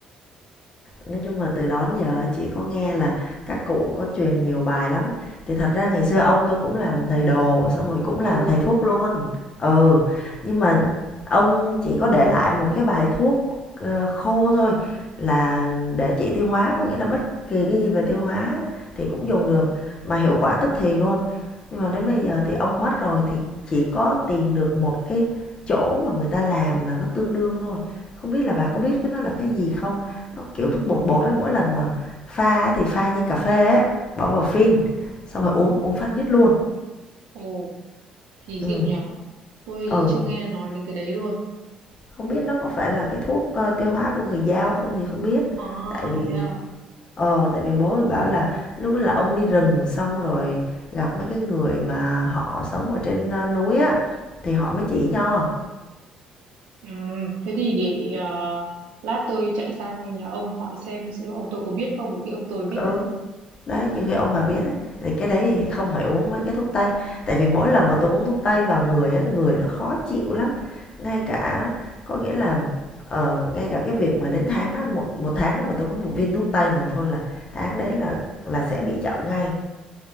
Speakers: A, on the left (about 30°); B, on the right (about 80°).
A: Nói chung là từ đó đến giờ chị có nghe là các cụ có truyền nhiều bài lắm. Thì thật ra ngày xưa ông tôi cũng làm thầy đồ, xong rồi cũng
B: Ồ,
A: làm thầy thuốc luôn. Ừ, nhưng mà ông chỉ có để lại một cái bài thuốc ờ, khô thôi là để trị tiêu hóa, có nghĩa là bất kỳ cái gì về tiêu hóa thì cũng dùng được mà hiệu quả tức thì luôn. Nhưng mà đến bây giờ thì ông mất rồi thì chỉ có tìm được một cái chỗ mà người ta làm là nó tương đương thôi. Không biết là bà có biết cái nó là cái gì không? nó kiểu thuốc bột bột ấy mỗi lần mà pha thì pha như cà phê ấy bỏ vào phin xong rồi uống uống phát dứt luôn
B: ồ. Kỳ
A: ừ
B: diệu nhở Tôi
A: ừ,
B: thì chưa nghe nói đến cái đấy luôn.
A: không biết nó có phải là cái thuốc, ơ, tiêu hóa của người Dao không thì không biết,
B: À,
A: tại vì
B: thế à?
A: ờ, tại vì bố mới bảo là lúc đó là ông đi rừng xong rồi gặp mấy cái người mà họ sống ở trên, ơ, núi á, thì họ mới chỉ cho.
B: Ừ, thế thì để ờ, lát tôi chạy sang nhà ông hỏi xem xem ông tôi có biết không, có khi ông tôi biết
A: ừ.
B: đấy.
A: Đấy, như khi ông bà biết ấy, thì cái đấy thì không phải uống mấy cái thuốc tây. Tại vì mỗi lần mà tôi uống thuốc tây vào người á, người nó khó chịu lắm. Ngay cả có nghĩa là ờ, ngay cả cái việc mà đến tháng á, một một tháng đó mà tôi có một viên thuốc tây nào thôi là tháng đấy là là sẽ bị chậm ngay.